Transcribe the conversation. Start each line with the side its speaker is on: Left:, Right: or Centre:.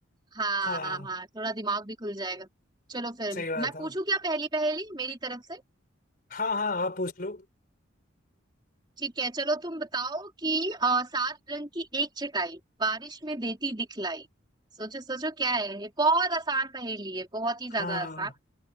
Right: हाँ
Left: हाँ
Right: हाँ हाँ थोड़ा दिमाग भी खुल जाएगा चलो फिर
Left: सही बात
Right: मैं
Left: है
Right: पूछू क्या पहेली पहेली मेरी तरफ से
Left: हाँ हाँ आप पूछ लो
Right: ठीक है चलो तुम बताओ कि अ, सात रंग की एक छटाई बारिश में देती दिखलाई सोचो सोचो क्या है ये बहुत आसान पहेली है बहुत ही
Left: हाँ
Right: ज्यादा आसान